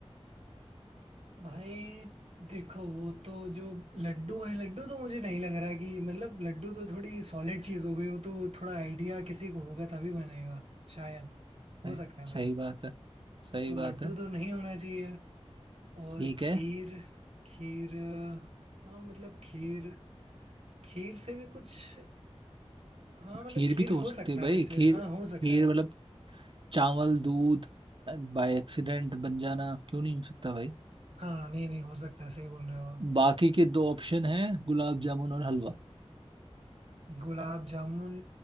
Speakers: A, on the right (about 75°); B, on the right (about 50°).
A: भाई देखो वो तो जो लड्डू है लड्डू तो मुझे नहीं लग रहा कि मतलब लड्डू तो थोड़ी सॉलिड चीज हो गई वो तो थोड़ा आइडिया किसी को होगा तभी बनेगा शायद हो
B: सही
A: सकता है भाई
B: सही बात है सही
A: तो
B: बात
A: लड्डू
B: है
A: तो नहीं होना चाहिए और
B: ठीक
A: खीर
B: है
A: खीर अ, हाँ मतलब खीर खीर से भी कुछ हाँ मतलब
B: खीर
A: खीर
B: भी तो हो
A: हो
B: सकती
A: सकता
B: है भाई
A: है वैसे
B: खीर
A: हाँ हो सकता
B: खीर
A: है
B: मतलब चावल दूध बाय एक्सीडेंट बन जाना क्यों नहीं हो सकता भाई
A: हाँ नहीं नहीं हो सकता है सही बोल रहे हो आप
B: बाकी के दो ऑप्शन हैं गुलाब जामुन और हलवा
A: गुलाब जामुन